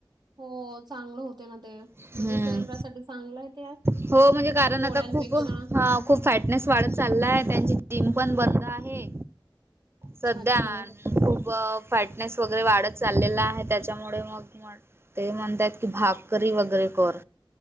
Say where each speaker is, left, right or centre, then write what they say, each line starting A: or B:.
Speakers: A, on the right (about 60°); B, on the right (about 30°).
A: हो, चांगलं होते ना ते,
B: हम्म.
A: म्हणजे शरीरासाठी चांगलं आहे ते
B: हो, म्हणजे कारण
A: पोळ्यांपेक्षा
B: आता खूप, हा खूप फॅटनेस वाढत चाललाय, त्यांची जिम पण बंद आहे,
A: अच्छा
B: सध्या
A: अच्छा
B: खूप फॅटनेस वगैरे वाढत चाललेला आहे, त्याच्यामुळे मग ते म्हणतयात की, भाकरी वगैरे कर.